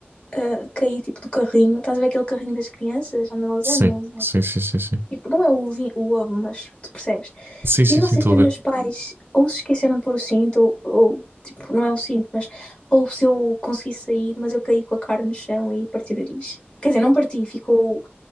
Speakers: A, on the left (about 30°); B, on the right (about 60°).
A: eh, caí tipo do carrinho, estás a ver aquele carrinho das crianças onde elas
B: sim,
A: andam?
B: sim, sim, sim, sim.
A: Tipo, não é o ovinho, o ovo, mas tu percebes?
B: Sim, sim,
A: E não
B: sim,
A: sei
B: estou
A: se
B: a
A: os
B: ver.
A: meus pais ou se esqueceram de pôr o cinto, ou, ou, tipo, não é o cinto, mas ou se eu consegui sair, mas eu caí com a cara no chão e parti o nariz. Quer dizer, não parti, ficou,